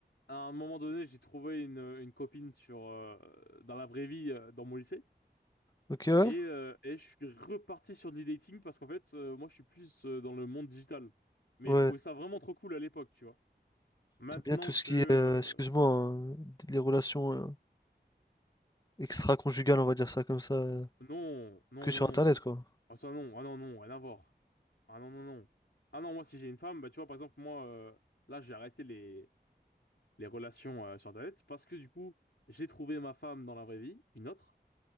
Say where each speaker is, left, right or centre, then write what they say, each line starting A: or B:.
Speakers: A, on the left; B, on the left.
A: À un moment donné, j'ai trouvé une, une copine sur euh, dans la vraie vie, euh, dans mon lycée,
B: Ok, ouais.
A: et euh, et je suis reparti sur de l'e-dating parce qu'en fait, euh, moi, je suis plus euh, dans le monde digital. Mais
B: Ouais.
A: je trouvais ça vraiment trop cool à l'époque, tu vois. Maintenant
B: T'aimes bien tout ce
A: que
B: qui
A: euh,
B: est, euh, excuse-moi, hein, les relations euh, extra-conjugales, on va dire ça comme ça, euh,
A: non, non,
B: que
A: non,
B: sur
A: non,
B: Internet, quoi.
A: ah ça non, ah non, non, rien à voir. Ah non, non, non. Ah non, moi, si j'ai une femme, bah tu vois, par exemple, moi, euh, là, j'ai arrêté les relations euh, sur Internet, parce que du coup, j'ai trouvé ma femme dans la vraie vie, une autre.